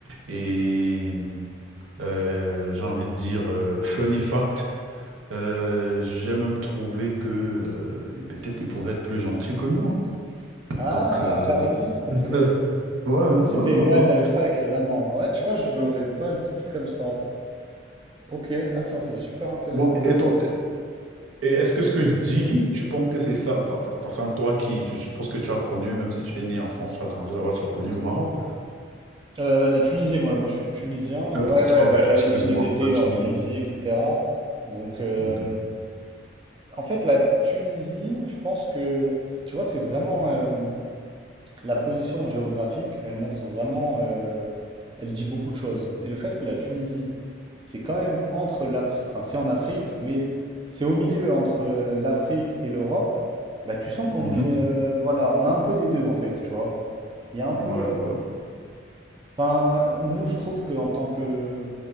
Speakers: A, on the right (about 85°); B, on the right (about 25°).
A: Et euh, j'ai envie de dire euh, funny fact. euh, j'ai même trouvé que euh, peut-être ils pouvaient être plus gentils que nous. hein.
B: Ah,
A: Donc, euh,
B: carrément,
A: Ouais,
B: ok, ok.
A: ouais,
B: Ça,
A: ouais, ouais,
B: c'était, ouais, t'as
A: ouais.
B: vu ça avec les Allemands. Ouais, tu vois, je l'aurais pas dit comme ça. Ok, ah, ça, c'est super intéressant,
A: Bon,
B: tu
A: et,
B: vois.
A: ton- et est-ce que ce que je dis, tu penses que c'est ça? Par, par- par exemple, toi qui, je suppose que tu as connu, même si tu es né en France, tu as grandi là-bas, tu as connu le Maroc.
B: Euh, la Tunisie, moi, moi, je suis tunisien.
A: Euh,
B: Ouais, ouais,
A: oh,
B: bah, j'allais
A: excuse-moi,
B: tous les étés
A: la Tunisie.
B: en Tunisie, etc. Donc, euh,
A: ok euh,
B: en fait, la Tunisie, je pense que, tu vois, c'est vraiment. euh, la position géographique, elle montre vraiment, euh, elle dit beaucoup de choses. Et le fait que la Tunisie, c'est quand même entre l'Afrique, enfin c'est en Afrique, mais c'est au milieu entre euh, l'Afrique et l'Europe, bah tu sens qu'on
A: mhm.
B: est, euh, voilà, on a un peu des deux en fait, tu vois. Il y a un
A: Ouais,
B: peu,
A: ouais,
B: enfin nous je trouve que en tant que